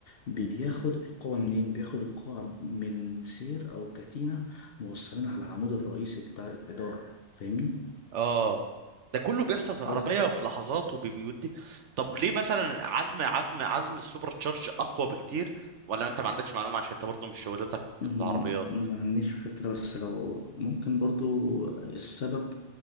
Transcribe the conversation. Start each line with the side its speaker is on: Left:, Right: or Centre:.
Left: بياخد القوة منين بياخد القوة من سير او كتينة موصلين على العمود الرئيسي بتاع الإدارة فاهمني
Right: اه ده كله بيحصل في العربية
Left: بس
Right: في لحظات وبيودي طب ليه مثلا عزم عزم عزم السوبر تشارج اقوى بكتير ولا انت ما عندكش معلومة عشان انت برضه مش شغلتك
Left: مم،
Right: في العربيات
Left: ما عنديش فكرة بس لو ممكن برضو السبب